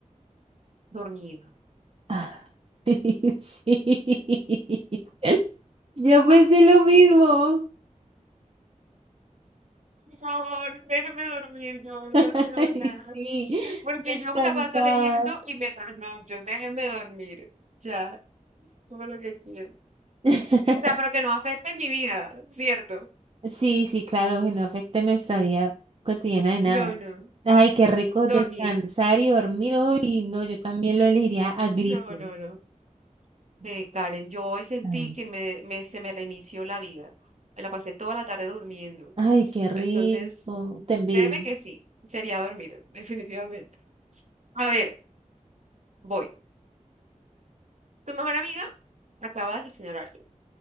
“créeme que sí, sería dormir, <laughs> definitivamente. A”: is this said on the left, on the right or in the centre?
Right